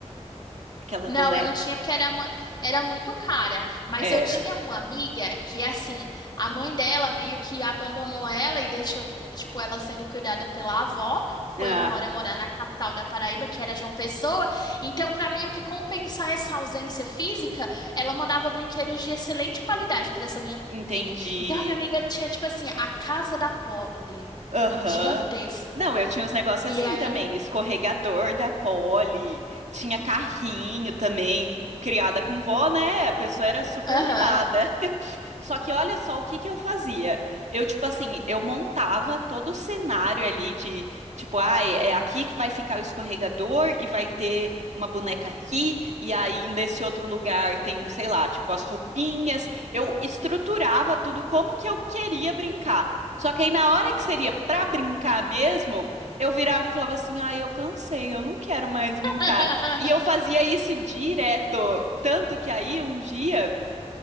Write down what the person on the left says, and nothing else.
Não,
eu não tinha porque era, mu- era muito cara. Mas
eu tinha uma amiga que, assim, a mãe dela meio que abandonou ela e deixou, tipo, ela sendo cuidada pela avó. Foi
embora morar na capital da Paraíba, que era João Pessoa. Então, para meio que compensar essa ausência física, ela mandava brinquedos de excelente qualidade para essa minha
amiga. Então, a minha amiga tinha, tipo assim, a casa da Polly,
gigantesca.
E
aí.
Aham.
<laughs>